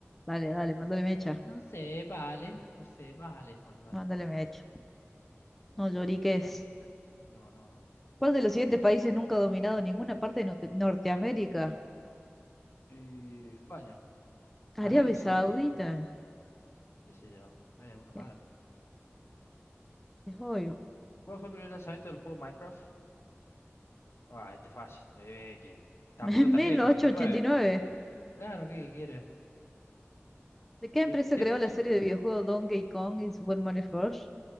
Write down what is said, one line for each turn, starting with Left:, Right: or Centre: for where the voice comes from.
Centre: Dale, dale, mándale mecha.
Left: no sé, vale, no sé, vale. Bueno, dale.
Centre: Mándale mecha. No lloriques.
Left: No, no, no.
Centre: ¿Cuál de los siguientes países nunca ha dominado ninguna parte de Norte- Norteamérica?
Left: Y España,
Centre: Arabia
Left: Arabia
Centre: Saudita.
Left: Saudí, qué sé yo, hay algunos
Centre: Es,
Left: árabes.
Centre: es obvio.
Left: ¿Cuál fue el primer lanzamiento del juego Minecraft? Ah, este es fácil, eh, eh, que
Centre: <laughs>
Left: tampoco
Centre: En
Left: es tan
Centre: mil
Left: viejo,
Centre: ochocientos
Left: 2009.
Centre: ochenta y nueve.
Left: Claro, ¿qué quieres?
Centre: ¿De qué empresa
Left: ¿De qué
Centre: creó
Left: empresa?
Centre: la serie de videojuegos Donkey Kong y Super Mario Bros?